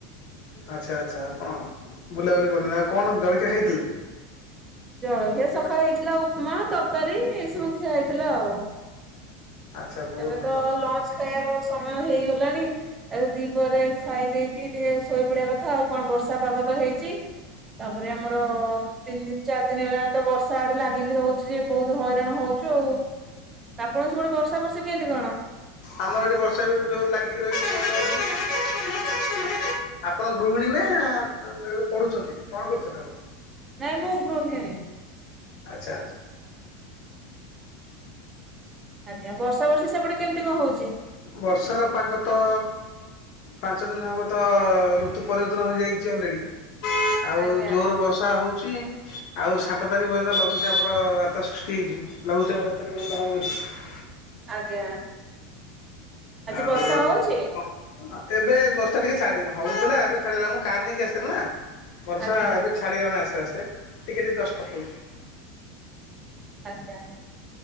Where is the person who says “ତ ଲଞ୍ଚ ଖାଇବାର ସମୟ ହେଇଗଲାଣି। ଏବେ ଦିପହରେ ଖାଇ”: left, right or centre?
Right